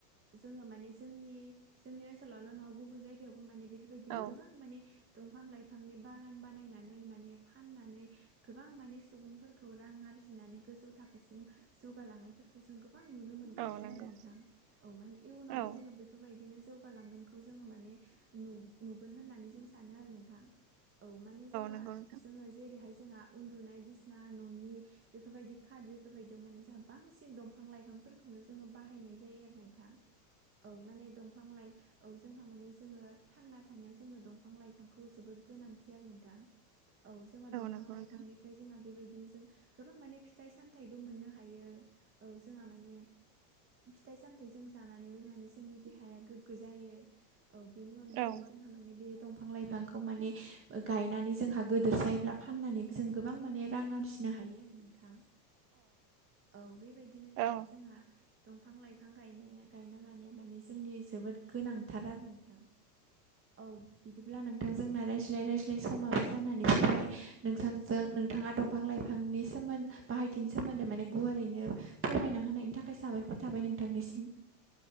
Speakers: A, on the right (about 25°); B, on the right (about 65°).
A: जोङो माने जोंनि जोंनि ओनसोलावल' नङा गुबुन जायगायावबो माने बेफोरबायदिनो
B: औ
A: गोबां दंफां लाइफांनि बागान बानायनानै माने फाननानै गोबां माने सुबुंफोर खौ रां आरजिनानै गोजौ थाखोसिम जौगालांनायफोरखौ जों गोबां नुनो मोनगासिनो
B: औ नंगौ
A: आरो नोंथां औ माने इयुनावबो
B: औ
A: जोङो बे फोरबायदिनो जौगालांगोनखौ जोङो माने नु नुगोन होननानै जों सानो आरो नों थां औ माने जोंहा
B: नंगौ नोंथां
A: जोङो जेरैहाय जोंहा उन्दुनाय बिस ना न'नि बेफोरबायदि खाट बेफोरबायदियाव माने जों बांसिन दंफां लाइफांफोरखौनो जोङो बाहायनाय जायो आरो नोंथां औ माने दंफां लाइ औ जोंहा माने जोङो थांना था थानायाव जोंनो दंफां लाइफांखौ जोबोद गोनांथि आरो नोंथां औ जोंहा दंफां
B: नंगौ
A: लाइफांनिफ्राय
B: नोंथां
A: जोंहा बेबायदिनो जों गोबां माने फिथाइ सामथाइबो मोननो हायो औ जोंहा माने फिथाइ सामथाइ जों जानानैबो माने जोंनि देहाया गोग्गो जायो औ बेनि अनगायैबो
B: औ
A: जों हा माने बे दंफां लाइफां खौ माने गायनानै जोंहा गोदोसायब्ला फाननानैबो जों गोबां माने रां आरजिनो हायो आरो नोंथां औ बेबायदिनो माने
B: औ
A: जोंहा दंफां लाइफां गायनाया गायना लानाया माने जोंनि जोबोद गोनांथार आरो नोंथां औ बिदिब्ला नों नोंथां जोंना रायज्लाय रायज्लाय समाबो जानानै फैबाय नोंथांजों नोंथाङा दंफां लाइफां बिथांनि सोमोन्द बाहाय बिथिनि सोमोन्दै माने गुवारैनो फोरमायना होनायनि थाखाय साबायखर थाबाय नोंथांनिसिम